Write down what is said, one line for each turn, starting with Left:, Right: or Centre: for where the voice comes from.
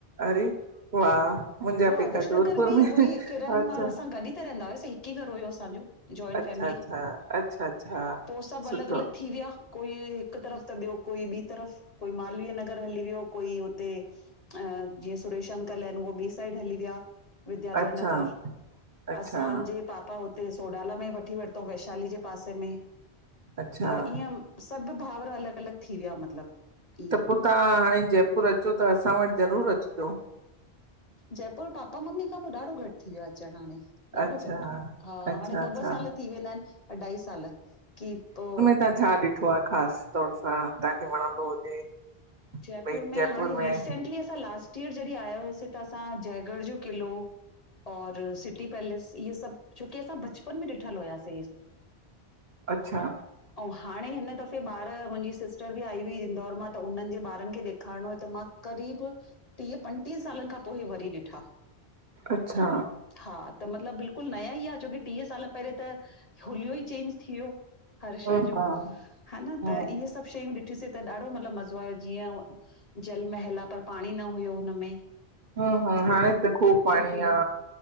Right: अरे वाह। मुंहिंजा
Left: उहो आदर्श
Right: पेका
Left: नगर
Right: जोधपुर
Left: में ई उहो ई किरन
Right: अच्छा
Left: र असां गॾु ई ता रहंदा हुआसीं हिकु ई घर हुयो असांजू। जॉइंट
Right: अच्छा
Left: फैमिली
Right: अच्छा अच्छा अच्छा
Left: पोइ सभु
Right: सुठो
Left: अलॻि अलॻि थी विया कोई। हिकु तरफ़ त, ॿियो कोई ॿी तरफ़, कोई मालवीय नगर हली वियो कोई हुते। अ जीअं, सुरेश अंकल आहिनि उहे ॿिए साइड हली विया। विधियाधर
Right: अच्छा
Left: नगर
Right: अच्छा
Left: असांजे पापा हुते सोडाला में वठी वरितों वैशाली जे पासे में
Right: अच्छा
Left: त ईअं। सत भाउर, अलॻि अलॻि थी, विया मतिलबु। ईअं
Right: त पोइ तव्हां हाणे, जयपुर अचो त। असां वटि ज़रूर अचिजो।
Left: जयपुर, पापा मम्मी खां पोइ ॾाढो घटि थी। वियो आहे, अचण हाणे। ॾाढो
Right: अच्छा
Left: घटि हा।
Right: अच्छा
Left: हाणे ॿ
Right: अच्छा
Left: ॿ साल थी, वेंदा आहिनि, अढाई साल की पोइ।
Right: त छा ॾिठो आहे, ख़ासि तौर सां। तव्हांखे वणंदो हुजे?
Left: जयपुर,
Right: की भई
Left: में हाणे
Right: में
Left: रीसेंटली, असां लास्ट, ईहो जॾहिं आया हुयास, त असां जयगढ़, जो किलो। और सिटी पैलेस, इहे सभु छोकी असां, बचपन में ॾिठल हुयास।
Right: अच्छा
Left: अहो हाणे, हिनदाफे जे बाहरि मुंहिंजी सिस्टर बि आई। इंदौर, मां त उन्हनि जे ॿारनि खे ॾेखारणो, त मां क़रीब टीह, पंजटीह सालनि खां पोइ इ वरी ॾिठा।
Right: अच्छा!
Left: हा, त मतिलब, बिल्कुलु नया ई आ, छोकि टीह साल पहिरियों त हुलियो ई चेंज थी वियो। हर शै
Right: ह
Left: जो,
Right: हा
Left: है न
Right: हा
Left: त इहे सभु शयूं ॾिसीं त ॾाढो मतिलबु मज़ो आयो, जीअं जल महल आहे, पर पाणी न हुयो हुनमें।
Right: हा हा, हाणे त खूब पाणी
Left: किलो
Right: आ